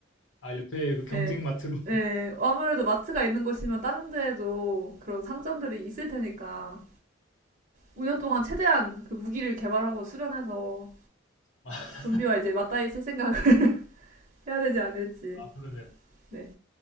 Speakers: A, on the left; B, on the right.
A: 아, 옆에 그 경쟁마트로.
B: 네. 네. 아무래도 마트가 있는 곳이면 다른 데에도 그런 상점들이 있을 테니까, 5년 동안 최대한 그 무기를 개발하고 수련해서
A: <laughs>
B: 좀비와 이제 맞닿아 있을 생각을 <laughs> 해야 되지 않을지.
A: 아, 그러네요.
B: 네.